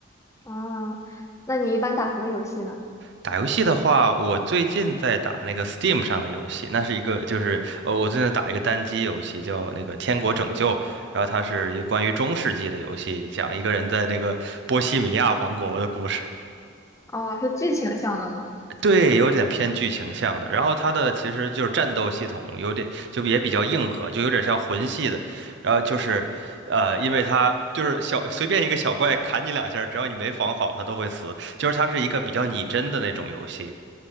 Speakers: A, on the left (about 15°); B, on the right (about 60°).
A: 啊、那你一般打什么游戏呢？
B: 打游戏的话，我最近在打那个 Steam 上的游戏，那是一个就是呃，我最近打一个单机游戏叫那个《天国拯救》，然后它是一个关于中世纪的游戏，讲一个人在那个波西米亚王国的故事，
A: 哦，是剧情向的吗？
B: 对，有点偏剧情向的。然后它的其实就是战斗系统有点就也比较硬核，就有点像魂系的。然后就是呃，因为它就是小随便一个小怪砍你两下，只要你没防好，它都会死。就是它是一个比较拟真的那种游戏。